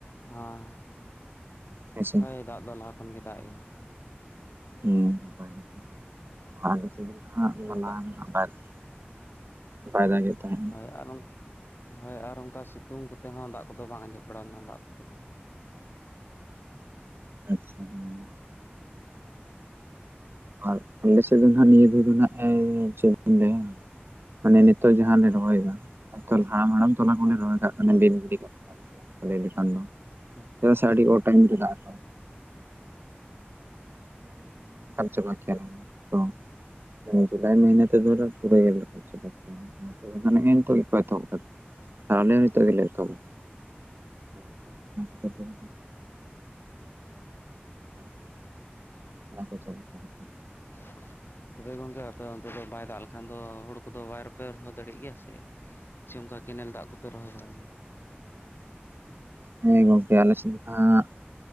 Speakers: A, on the left (about 65°); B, on the right (about 65°).
A: ᱦᱮᱸ
B: ᱦᱮᱸᱥᱮ
A: ᱦᱳᱭ ᱫᱟᱜ ᱫᱚ ᱞᱟᱦᱟ ᱠᱷᱚᱱ ᱜᱮ ᱫᱟᱜ ᱮᱭᱟ᱾
B: ᱦᱮᱸ ᱱᱟᱯᱟᱭ ᱠᱟᱛᱷᱟᱪ ᱚᱱᱟ
A: ᱟᱨ
B: ᱨᱮᱱᱟᱜ
A: ᱫᱟᱜ
B: ᱵᱟᱭ <inaudible> ᱵᱟᱭ ᱫᱟᱜᱮᱫ ᱛᱟᱦᱮᱸᱫ᱾
A: ᱦᱳᱭ ᱟᱨ ᱦᱳᱭ ᱟᱨ ᱚᱱᱠᱟ ᱥᱤᱛᱩᱝ ᱠᱚᱛᱮ ᱦᱚᱸ ᱫᱟᱜ ᱠᱚᱫᱚ ᱵᱟᱝ ᱟᱸᱡᱮᱫ ᱵᱟᱲᱟ ᱞᱮᱱᱟ ᱫᱟᱜ ᱠᱚᱛᱮ ᱫᱚ᱾
B: ᱟᱪᱪᱷᱟ ᱦᱩᱸ ᱟᱨ ᱟᱞᱮᱥᱮᱜ ᱫᱚ ᱱᱟᱦᱟᱜ ᱱᱤᱭᱟᱹᱫᱚᱫᱚ ᱱᱟᱦᱟᱜ ᱮᱸ ᱪᱮᱜ ᱤᱧ ᱞᱟᱹᱭᱟ? ᱢᱟᱱᱮ ᱱᱤᱛᱚᱜ ᱡᱟᱦᱟᱸ ᱞᱮ ᱨᱚᱦᱚᱭᱫᱟ ᱮᱠᱟᱞ ᱦᱟᱲᱟᱢ ᱦᱟᱲᱟᱢ ᱛᱚᱞᱟ ᱠᱚᱞᱮ
A: ᱦᱳᱭ
B: ᱨᱚᱦᱚᱭ ᱠᱟᱜ ᱠᱟᱱᱟ ᱵᱮᱫ ᱜᱤᱰᱤ ᱠᱟᱜ ᱠᱟᱱᱟᱞ ᱚᱱᱟ ᱞᱟᱹᱭ ᱞᱮᱠᱷᱟᱱ ᱫᱚ
A: ᱦᱳᱭ
B: ᱪᱮᱫᱟᱜ ᱥᱮ ᱟᱹᱰᱤ ᱚ ᱴᱟᱭᱤᱢ ᱨᱮ ᱫᱟᱜ <unintelligible> ᱪᱟᱵᱟ ᱠᱮᱭᱟᱞᱮ ᱛᱚ <unintelligible> <unintelligible> ᱱᱮᱜᱼᱮ ᱱᱤᱛᱚᱜ ᱜᱮᱠᱚ ᱮᱛᱚᱦᱚᱵ ᱠᱟᱫᱟ ᱟᱨ ᱟᱞᱮ ᱦᱚᱸ ᱱᱤᱛᱚᱜ ᱜᱮᱞᱮ ᱮᱛᱚᱦᱚᱵ ᱟᱠᱟᱫᱟ ᱚᱱᱟ ᱠᱷᱟᱹᱛᱤᱨ <unintelligible> ᱚᱱᱟ ᱠᱚ <unintelligible>
A: <inaudible> ᱛᱚᱵᱮ ᱜᱚᱝᱠᱮ ᱟᱯᱮ ᱚᱱᱛᱮ ᱫᱚ ᱵᱟᱭ ᱫᱟᱜ ᱞᱮᱠᱷᱟᱱ ᱫᱚ ᱦᱩᱲᱩ ᱠᱚᱫᱚ ᱵᱟᱭ ᱨᱚᱯᱮ ᱨᱚᱦᱚᱭ ᱫᱟᱲᱮᱜ ᱜᱮᱭᱟ ᱥᱮ ᱥᱮ ᱚᱝᱠᱟ ᱠᱮᱱᱮᱞ ᱫᱟᱜ ᱠᱚᱯᱮ ᱨᱚᱦᱚᱭ ᱵᱟᱲᱟᱭ ᱜᱮᱭᱟ?
B: ᱦᱮᱸ ᱜᱚᱝᱠᱮ ᱟᱞᱮ ᱥᱮᱫ ᱫᱚᱦᱟᱸᱜ